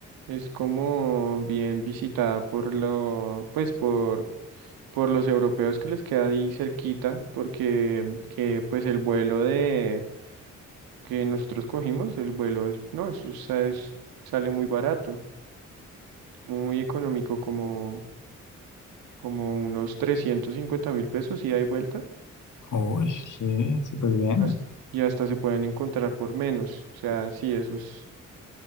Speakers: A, on the right; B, on the left.
A: es como bien visitada por lo, pues por, por los europeos que les queda ahí cerquita, porque que, pues el vuelo de que nosotros cogimos, el vuelo es, no, eso sa- es- sale muy barato, muy económico, como, como unos trescientos cincuenta mil pesos y hay vuelta.
B: Uy, sí, súper bien.
A: has- y hasta se pueden encontrar por menos. O sea, sí, esos,